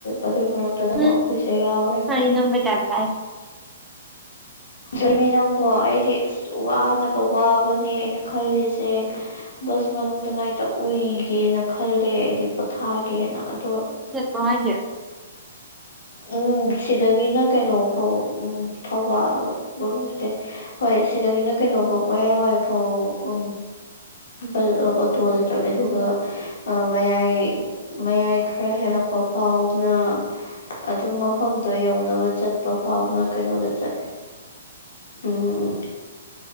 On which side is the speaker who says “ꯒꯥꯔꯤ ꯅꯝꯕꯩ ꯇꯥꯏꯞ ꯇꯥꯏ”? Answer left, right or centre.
Centre